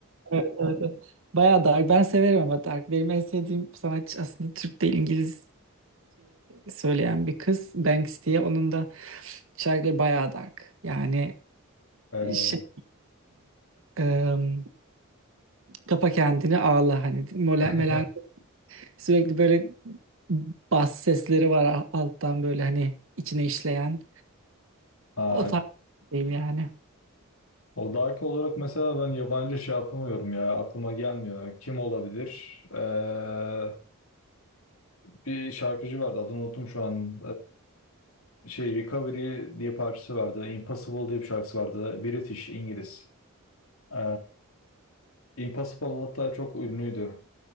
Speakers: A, on the right; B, on the left.
A: Evet, evet, evet. Bayağı dark. Ben severim ama dark. Benim en sevdiğim sanatçı aslında Türk değil İngilizce söyleyen bir kız. Banks diye. Onun da şarkıları bayağı dark. Yani
B: Ee,
A: şey hani Kapa kendini ağla hani mole-
B: <laughs>
A: melen sürekli böyle bas sesleri var a- alttan böyle hani içine işleyen
B: ha,
A: o tarz diyeyim yani.
B: o dark olarak mesela ben yabancı şey yapamıyorum ya. Aklıma gelmiyor. Kim olabilir? Ee, bir şarkıcı vardı. Adını unuttum şu an. Ee, şey Recovery diye parçası vardı. Impossible diye bir şarkısı vardı. British, İngiliz. Ee, Impossible hatta çok ünlüydü.